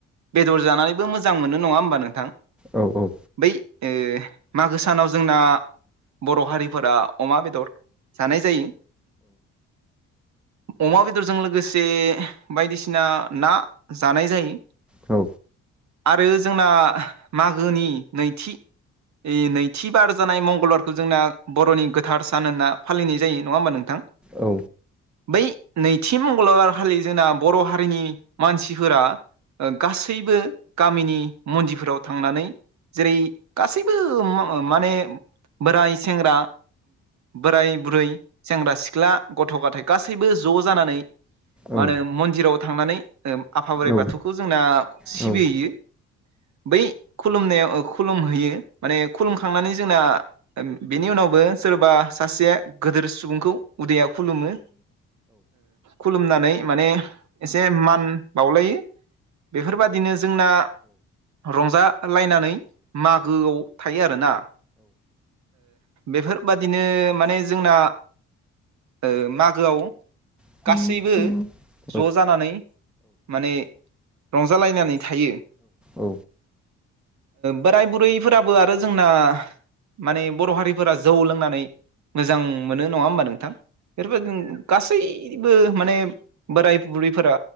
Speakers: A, on the right; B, in the centre.
A: बेदर जानानैबो मोजां मोनो नङा होमबा नोंथां
B: औ औ
A: बै ओ मागो सानाव जोंना बर' हारिफोरा अमा बेदर जानाय जायो अमा बेदरजों लोगोसे बायदिसिना ना जानाय जायो
B: औ
A: आरो जोंना मागोनि नैथि ऐ नैथिबार जानाय मंगलबारखौ जोंना बर'नि गोथार सान होनना फालिनाय जायो नङा होमबा नोंथां
B: औ
A: बै नैथि मंगलबारखालि जोंना बर' हारिनि मानसिफोरा गासैबो गामिनि मन्दिरफोराव थांनानै जेरै गासैबो माने बोराय सेंग्रा बोराय बुरै सेंग्रा सि सिख्ला गथ' गथाय गासैबो ज' जानानै
B: औ
A: मा होनो मन्दिराव थांनानै आफा बोराइ
B: औ
A: बाथौखौ जोंना सिबिहैयो
B: औ औ
A: बै खुलुमनायाव खुलुमहैयो माने खुलुमखांनानै जोंना बिनि उनावबो सोरबा सासे गोदोर सुबुंखौ उदैया खुलुमो खुलुमनानै माने एसे मान बावलायो बेफोरबादिनो जोंना रंजालायनानै मागोआव थायो आरोना बेफोरबादिनो माने जोंना ओ मागोआव
B: <inaudible>
A: गासैबो ज' जानानै माने रंजालायनानै थायो
B: औ
A: बोराय बुरैफोराबो आरो जोंना माने बर' हारिफोरा जौ लोंनानै मोजां मोनो नङा होमबा नोंथां बेफोरबायदिनो गासैबो माने बोराय बुरैफोरा